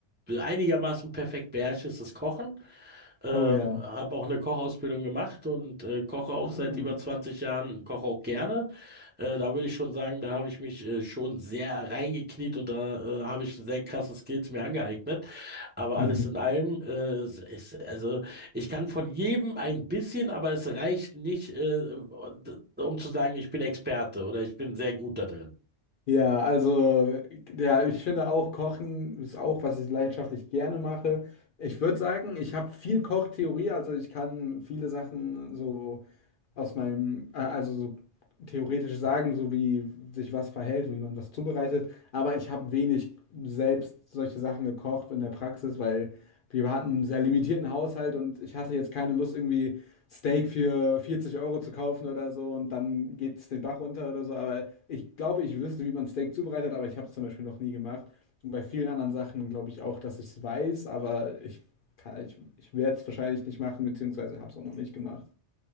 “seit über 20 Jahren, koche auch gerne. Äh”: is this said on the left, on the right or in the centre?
Right